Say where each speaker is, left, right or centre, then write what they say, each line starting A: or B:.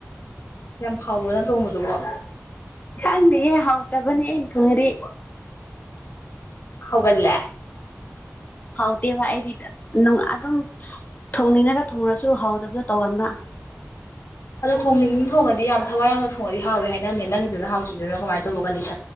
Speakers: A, on the left (about 70°); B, on the left (about 35°).
A: ꯌꯥꯝ ꯍꯥꯎꯕ꯭ꯔꫭ ꯅꯪ ꯊꯣꯡꯕꯗꯨꯕꫭ
B: ꯈꯪꯗꯦꯍꯦ ꯍꯥꯎꯇꯕꯅꯦ ꯑꯩꯟ ꯊꫭꯡꯉꯗꯤ
A: ꯍꯧꯒꯠꯂꯦ
B: ꯍꯥꯎꯇꯦꯕ ꯑꯩꯗꯤ ꯅꯨꯡ ꯑꯗꯨꯝ ꯊꯣꯡꯅꯤꯡꯔꯒ ꯊꯣꯡꯉꯁꯨ ꯁꯨ ꯍꯥꯎꯗꯕꯗꯨ ꯇꯧꯒꯟꯕ
A: ꯑꯗꯣ ꯊꯣꯡꯅꯤꯡ ꯊꯣꯡꯉꯗꯤ ꯌꯥꯝ ꯊꯋꯥꯏ ꯌꯥꯝꯅ ꯊꯣꯡꯉꯗꯤ ꯍꯥꯎꯋꯦ ꯍꯥꯏꯅꯅꯕꯅꯦ ꯅꯪꯒꯤꯗꯨꯅ ꯍꯥꯎꯇ꯭ꯔꯤꯗꯨꯅ ꯀꯃꯥꯏꯅ ꯇꯧꯕ ꯀꯟꯗꯤꯁꯟ